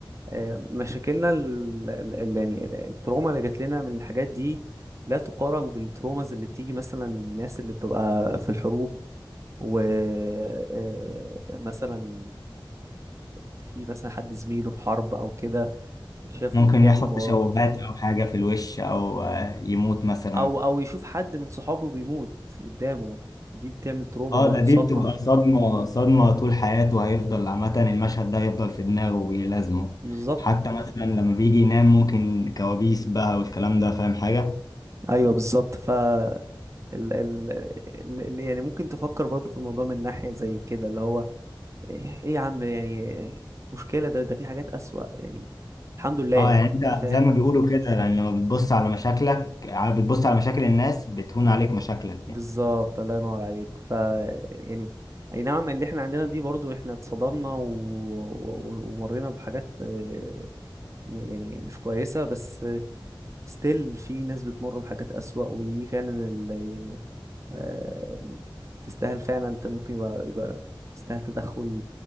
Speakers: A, on the right; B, on the left.
A: آه، مشاكلنا ال- ال- ال- يعني ال- التروما اللي جات لنا من الحاجات دي لا تقارن بالتروماز اللي بتيجي مثلا من الناس اللي بتبقى في الحروب ومثلا في مثلا حد زميله في حرب او كده شافه
B: ممكن
A: قدامه
B: يحصل
A: هو
B: تشوهات أو حاجة في الوش أو آه، يموت مثلا
A: او او يشوف حد من صحابه بيموت قدامه دي بتعمل تروما
B: اه
A: برضه
B: ده دي
A: صدمة
B: بتبقى صدمة صدمة طول حياته هيفضل عامة المشهد ده هيفضل في دماغه وبيلازمه
A: بالظبط
B: حتى مثلا لما بيجي ينام ممكن كوابيس بقى والكلام ده فاهم حاجة
A: ايوه بالظبط ف ال ال ال ال- يعني ممكن تفكر برضه في الموضوع من ناحية زي كده اللي هو ايه يا عم يعني مشكلة ده ده في حاجات أسوأ يعني الحمد لله
B: اه يعني
A: انت
B: انت
A: فاهم
B: زي ما بيقولوا كده يعني لما بتبص على مشاكلك ع- بتبص على مشاكل الناس بتهون عليك مشاكلك
A: بالظبط
B: يعني
A: الله ينور عليك ف يعني اي نعم اللي احنا عندنا دي برضو احنا اتصدمنا و... و... ومرينا بحاجات آه، يعني مش كويسة بس ستيل في ناس بتمر بحاجات أسوأ ودي فعلا ال... يعني آه، تستاهل فعلا انت ممكن يبقى, يبقى تستاهل تدخل